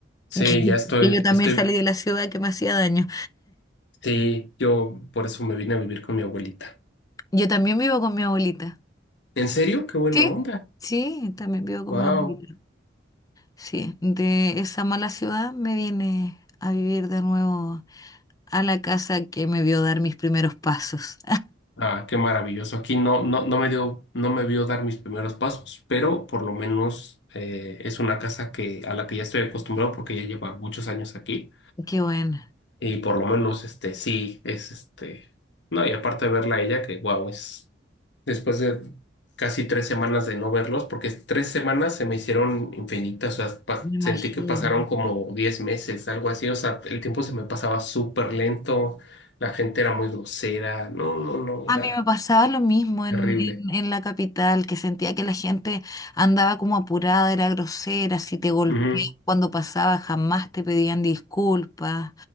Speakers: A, on the left; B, on the left.
A: Sí,
B: Que,
A: ya estoy,
B: que yo también
A: estoy,
B: salí de la ciudad que me hacía daño.
A: sí, yo por eso me vine a vivir con mi abuelita.
B: Yo también vivo con mi abuelita.
A: ¿En serio? Qué buena
B: Sí,
A: onda.
B: sí, también vivo con
A: Wow.
B: mi abuelita. Sí, de esa mala ciudad me vine a vivir de nuevo a la casa que me vio dar mis primeros pasos.
A: Ah, qué maravilloso. Aquí no, no, no me dio, no me vio dar mis primeros pasos, pero por lo menos eh, es una casa que, a la que ya estoy acostumbrado porque ya lleva muchos años aquí.
B: <laughs> Qué bueno,
A: Y por lo menos este sí es este. No, y aparte de verla a ella, que wow, es después de casi tres semanas de no verlos, porque es- tres semanas se me hicieron infinitas. O sea, pa-
B: me imagino.
A: sentí que pasaron como diez meses, algo así. O sea, el tiempo se me pasaba súper lento, la gente era muy grosera. No, no, no,
B: A
A: era
B: mí me pasaba lo mismo en,
A: terrible.
B: en- en la capital, que sentía que la gente andaba como apurada, era grosera, si te golpeaban
A: Ujú,
B: cuando pasaba jamás te pedían disculpas